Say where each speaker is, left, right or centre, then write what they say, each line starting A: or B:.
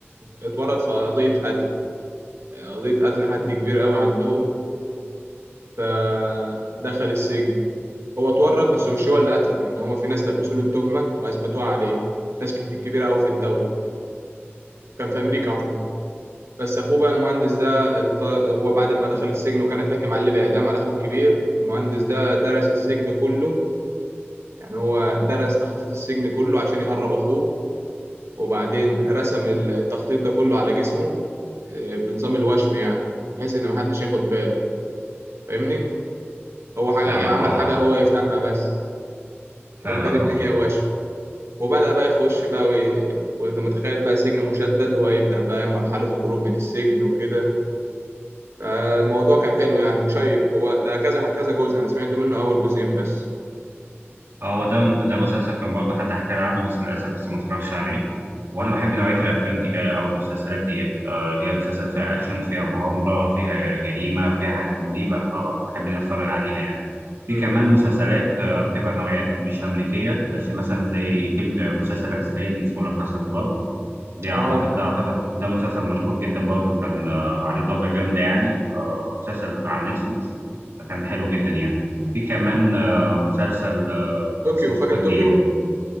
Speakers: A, on the right (about 85°); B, on the right (about 60°).
A: اتورط في قضية قتل قضية قتل حد كبير قوي عندهم فدخل السجن هو اتورط بس مش هو اللي قتل يعني هما في ناس لبسوا له التهمة واثبتوها عليه ناس كت- كبيرة قوي في الدولة كان في امريكا عموما بس اخوه بقى المهندس ده ات- هو بعد ما دخل السجن وكان اتحكم عليه بالاعدام على اخوه الكبير المهندس ده درس السجن كله يعني هو درس تخطيط السجن كله عشان يهرب اخوه وبعدين رسم التخطيط ده كله على جسمه آه، بنظام الوشم يعني بحيث ان محدش ياخد باله فاهمني هو حاجه
B: فاهمك
A: يعني عمل
B: اهو
A: حاجه هو يفهمها بس
B: فاهمك
A: وتبان ان
B: اهو
A: هي وشم وبدأ بقى يخش بقى وي... وانت متخيل بقى سجن مشدد وهيبدأ بقى مرحلة الهروب من السجن وكده فالموضوع كان حلو يعني مشيق هو ده كذا كذا جزء انا سمعت منه اول جزئين بس
B: اه هو ده ده مسلسل كان برضه حد حكى لي عنه بس للاسف لسه ما اتفرجش عليه وانا بحب نوعيه الافلام دي آه، او المسلسلات دي آه، اللي هي مسلسلات فيها اكشن فيها مغامره فيها جريمه فيها حاجات من دي ب- ب- بحب ان أنا اتفرج عليها يعني في
A: امم
B: كمان مسلسلات آه، بتبقى نوعيات مش امريكيه بس مثلا زي فيلم آه، مسلسل اسباني اسمه لا كاسا دي دي اعتقد
A: اه
B: ده اعتقد ده مسلسل مشهور جدا برضه كان آه، عليه ضجة جامدة يعني آه، مسلسل على نتفليكس فكان حلو جدا يعني في كمان آه، مسلسل آه،
A: طوكيو
B: اسمه سكويد
A: فاكر طوكيو
B: جيم